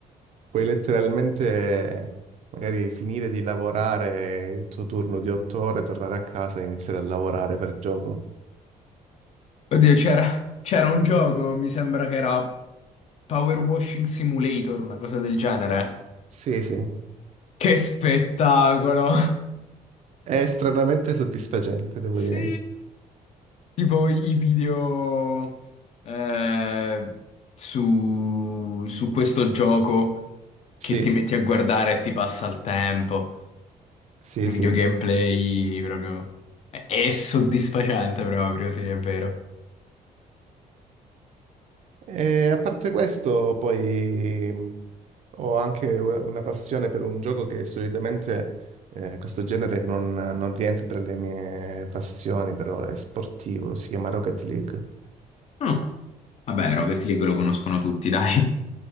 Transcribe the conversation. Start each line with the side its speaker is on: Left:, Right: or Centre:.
Right: puoi letteralmente magari finire di lavorare il tuo turno di otto ore, tornare a casa e iniziare a lavorare per gioco.
Left: Oddio, c'era c'era un gioco, mi sembra che era Power Washing Simulator, una cosa del genere.
Right: Sì, sì,
Left: Che spettacolo! <laughs>
Right: è stranamente soddisfacente, devo
Left: Sì,
Right: dire.
Left: tipo i i video eh, su, su questo gioco
Right: Sì,
Left: che ti metti a guardare e ti passa il tempo.
Right: sì,
Left: i video
Right: sì.
Left: gameplay proprio... È è soddisfacente proprio, sì, è vero.
Right: E a parte questo, poi. Ho anche una una passione per un gioco che solitamente eh, questo genere non, non rientra tra le mie passioni, però è sportivo, si chiama Rocket League.
Left: Ah, vabbè, Rocket League lo conoscono tutti, dai.